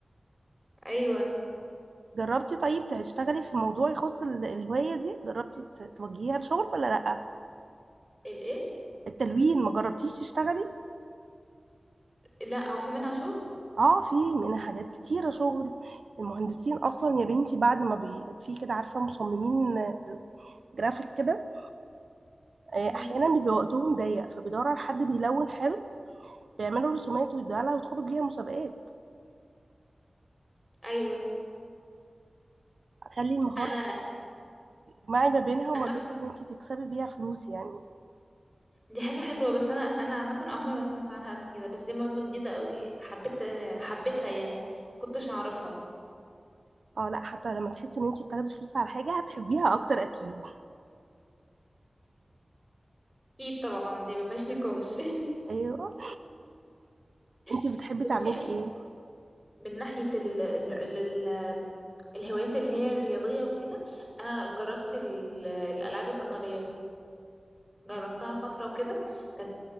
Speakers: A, in the centre; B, on the right (about 80°).
A: ايوه
B: جربتي طيب تشتغلي في موضوع يخص ال- الهوايه دي جربتي ت- توجهيها لشغل ولا لا
A: الايه
B: التلوين ما جربتيش تشتغلي
A: لا هو في منها شغل
B: اه في منها حاجات كتيره شغل المهندسين اصلا يا بنتي بعد ما بي... في كده عارفه مصممين آه، جرافيك كده آه،
A: مم.
B: احيانا بيبقى وقتهم ضيق فبيدوروا على حد بيلون حلو بيعملوا رسومات ويدوها لها ويدخلوا بيها مسابقات
A: ايوه
B: خلي المهارة
A: انا
B: تجمعي ما بينها وما
A: انا
B: بين ان انت تكسبي بيها فلوس يعني
A: دي حاجة حلوة بس انا انا عامة عمري ما سمعت عنها قبل كده بس دي معلومة جديدة قوي حبيت حبيتها يعني كنتش اعرفها
B: اه لا حتى لما تحسي ان انت بتاخدي فلوس على حاجة هتحبيها اكتر اكيد
A: اكيد طبعا دي ما فيهاش نقاش
B: ايوه انت
A: <laughs>
B: بتحبي
A: بصي
B: تعملي
A: انا
B: ايه
A: من ناحيه ال ال ال الهوايات اللي هي الرياضيه وكده انا جربت ال- الالعاب القتاليه جربتها فترة وكده كانت